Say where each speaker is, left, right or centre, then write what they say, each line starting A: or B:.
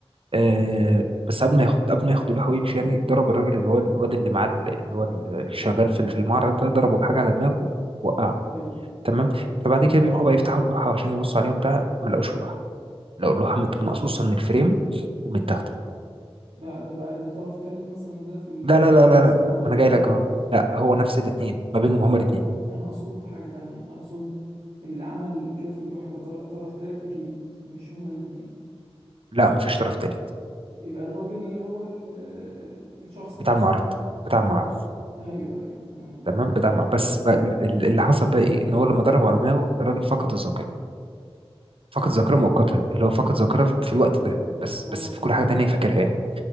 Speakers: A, on the right; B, on the right.
A: آه بس قبل ما ياخد قبل ما ياخد اللوحة ويمشي يعني ضرب الراجل اللي هو الواد اللي معاه اللي هو الشغال في في المعرض ده ضربه بحاجة على دماغه وقعه
B: حلو.
A: تمام فبعد كده بيروحوا بقى يفتحوا اللوحة عشان يبصوا عليها وبتاع ما لقوش اللوحة لقوا اللوحة مت- مقصوصة من الفريم ومتاخدة
B: ده ده بقى ده طرف تالت مثلا ده في
A: لا لا لا لا
B: القصة
A: لا لا،
B: ولا
A: ما أنا جاي
B: هو
A: لك أهو لا هو نفس الاتنين ما بينهم هما الاتنين
B: لا انا اقصد حاجة تانية اقصد اللي عمل كده في اللوحة ده طر- طرف تالت اكيد مش هما الاتنين
A: لا مفيش طرف تالت
B: يبقى الراجل هو ال- الشخص
A: بتاع
B: نفسه
A: المعرض بتاع المعرض
B: ايوه ايوه تمام
A: تمام بدمع بس بقى ال- ال- اللي حصل بقى ايه ان هو لما ضربه على دماغه الراجل فقد الذاكره فقد الذاكره
B: أسود.
A: مؤقتا اللي هو فقد ذاكره في الوقت ده
B: اوف
A: بس
B: اه
A: بس في كل حاجه تانية فاكرها يعني